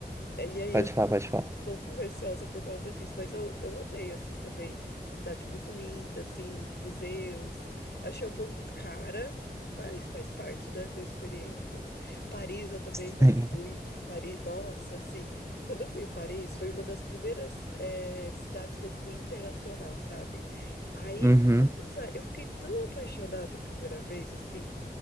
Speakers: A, on the left; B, on the right.
A: e aí
B: pode
A: eu
B: falar, pode falar.
A: pouco receosa por causa disso, mas eu, eu amei, assim, também. A cidade muito linda, assim, museus. Achei um pouco cara, mas faz parte, né, da experiência. Paris eu também
B: Sim.
A: já fui. Paris, nossa, assim, quando eu fui em Paris, foi uma das primeiras, eh, cidades que eu fui internacional, sabe? Aí,
B: Uhum.
A: nossa, eu fiquei tão apaixonada a primeira vez, assim.